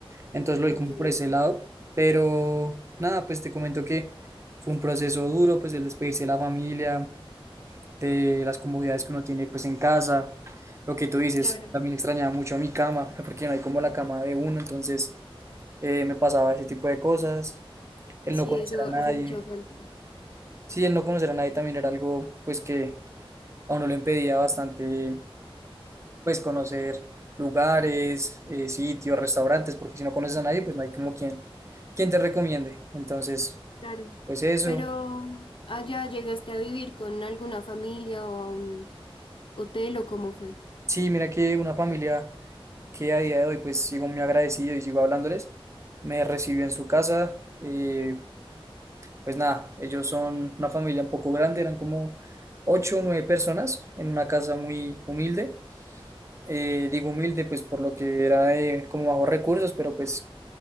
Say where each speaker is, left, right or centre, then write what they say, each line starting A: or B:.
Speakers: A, on the right; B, on the left.
A: Entonces lo
B: Ok,
A: vi como por ese lado, pero nada, pues te comento que fue un proceso duro, pues el despedirse de la familia, de las comodidades que uno tiene pues en casa, lo que tú dices,
B: claro,
A: también extrañaba mucho mi cama, <laughs> porque no hay como la cama de uno, entonces eh, me pasaba ese tipo de cosas, el
B: sí,
A: no conocer
B: eso
A: a
B: hace
A: nadie,
B: mucha falta.
A: sí, el no conocer a nadie también era algo pues que a uno le impedía bastante pues conocer lugares, eh, sitios, restaurantes, porque si no conoces a nadie, pues no hay como quien, quien te recomiende. Entonces,
B: Claro,
A: pues eso.
B: pero allá llegaste a vivir con alguna familia o a un hotel o cómo fue.
A: Sí, mira que una familia que a día de hoy, pues sigo muy agradecido y sigo hablándoles, me recibió en su casa. eh, pues nada, ellos son una familia un poco grande, eran como ocho o nueve personas en una casa muy humilde. Eh, digo humilde, pues por lo que era de como bajos recursos, pero pues